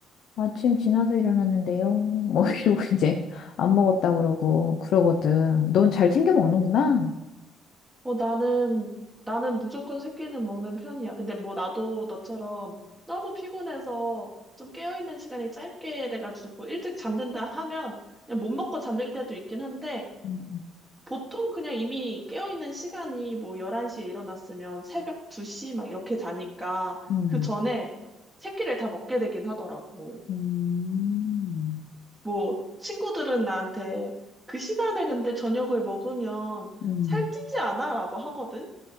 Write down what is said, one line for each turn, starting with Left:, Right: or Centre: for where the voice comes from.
Left: 아침 지나서 일어났는데요. 뭐 <laughs> 이러고 이제 안 먹었다 그러고 그러거든. 넌 잘 챙겨 먹는구나.
Centre: 어, 나는, 나는 무조건 새끼는 먹는 편이야. 근데 뭐 나도 너처럼 너무 피곤해서 좀 깨어있는 시간이 짧게 돼가지고 일찍 잠든다 하면 그냥 못 먹고 잠들 때도 있긴 한데
Left: 음,
Centre: 보통 그냥 이미 깨어있는 시간이 뭐 11시에 일어났으면 새벽 2시 막 이렇게 자니까
Left: 음,
Centre: 그 전에 새끼를 다 먹게 되긴 하더라고.
Left: 음,
Centre: 뭐, 친구들은 나한테 그 시간에 근데 저녁을 먹으면
Left: 음.
Centre: 살찌지 않아? 라고 하거든?